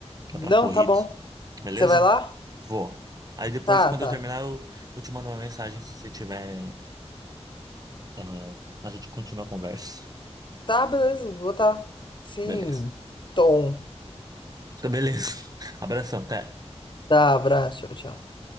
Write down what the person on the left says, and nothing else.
não,
tá bom,
você vai lá?
Tá,
tá.
Tá, beleza. Vou tá. Sim.
Tom.
Tá, abraço. Tchau, tchau.